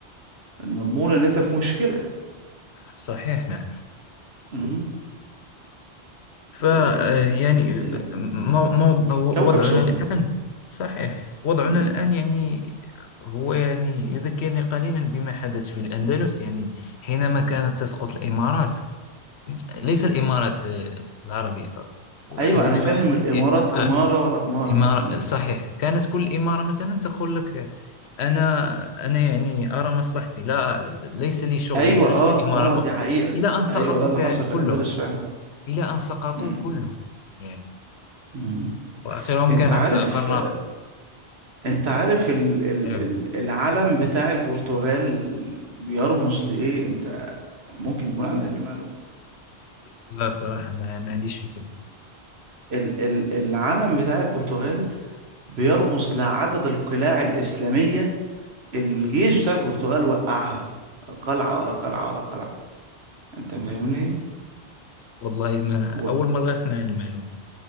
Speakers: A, on the right; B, on the left.
A: المضمون اللي أنت في مشكلة
B: صحيح نعم
A: مم.
B: ف آه،
A: ويعني
B: يعني
A: ال-
B: آه،
A: ال-
B: مو- مو-
A: الكوكب
B: وضعنا
A: سخن
B: الآن صحيح وضعنا
A: مم.
B: الآن يعني هو يعني يذكرني قليلا بما حدث في الأندلس يعني حينما كانت تسقط الإمارات ليس الإمارات آه، العربية
A: أيوة
B: أحدثك
A: أنا فاهم الإمارات
B: عن
A: إمارة
B: آه
A: ورا إمارة
B: إمارة
A: مم.
B: صحيح كانت كل إمارة مثلا تقول لك أنا أنا يعني أرى مصلحتي لا ليس لي شغل
A: ايوه
B: مثلا
A: اه
B: في الإمارة
A: اه
B: الأخرى
A: دي حقيقة
B: إلى أن سقطوا
A: ايوه ده اللي
B: ك-
A: حصل في
B: كلهم
A: الاندلس فعلا
B: إلى أن سقطوا
A: مم.
B: كلهم يعني
A: مم.
B: وآخرهم
A: انت
B: كانت
A: عارف
B: غرناطة
A: انت عارف ال... ال...
B: أيوه
A: ال- العلم بتاع البرتغال بيرمز لايه انت ممكن يكون عندك المعلومة
B: لا صراحة ما, ما عنديش فكرة
A: ال... ال... العلم بتاع البرتغال بيرمز لعدد القلاع الإسلامية اللي الجيش بتاع البرتغال وقعها قلعة ورا قلعة ورا قلعة انت فاهمني
B: والله ما
A: و...
B: أول مرة أسمع عن المعلومة